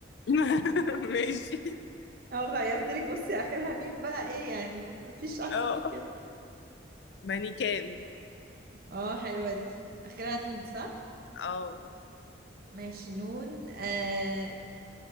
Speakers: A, on the left; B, on the right.
A: <laughs> ماشي
B: اه غيرتلك بصي اخرها مين بقى ايه يعني مفيش احسن
A: اه
B: من كده
A: مانيكان
B: اه حلوة دي اخرها نون صح
A: اه
B: ماشي نون آه